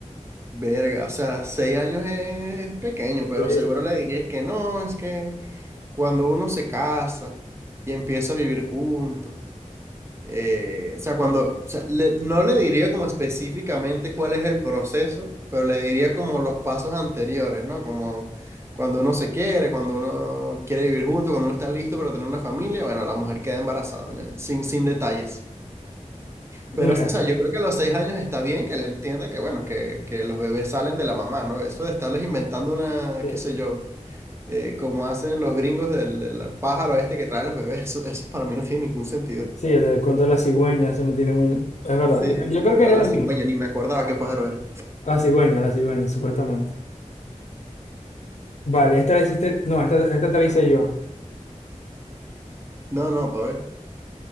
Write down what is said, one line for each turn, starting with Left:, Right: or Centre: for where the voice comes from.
Right: Verga, o sea, seis años es pequeño, pero
Left: Sí,
Right: seguro
Left: sí.
Right: le dirías que no, es que cuando uno se casa y empieza a vivir juntos, Eh, o sea, cuando, o sea, le- no le diría como específicamente cuál es el proceso, pero le diría como los pasos anteriores, ¿no? Como cuando uno se quiere, cuando uno quiere vivir junto, cuando uno está listo para tener una familia, bueno, la mujer queda embarazada, ¿no? Sin, sin detalles.
Left: <laughs>
Right: Pero, o sea, yo creo que a los seis años está bien que le entienda que, bueno, que, que los bebés salen de la mamá, ¿no? Eso de estarles inventando una,
Left: Eh,
Right: qué sé
Left: sí.
Right: yo, eh, como hacen los gringos del, del pájaro este que trae los bebés, <laughs> eso, eso para mí no tiene ningún sentido.
Left: Sí, el, el cuento de la cigüeña, eso no tiene muy... Es verdad,
Right: Sí,
Left: yo yo
Right: sí,
Left: creo
Right: la,
Left: que era
Right: la
Left: lo
Right: cigüeña,
Left: mismo.
Right: ni me acordaba qué pájaro era.
Left: La cigüeña, la cigüeña, supuestamente. Vale, esta la hiciste... No, esta, esta te la hice yo.
Right: No, no, para ver,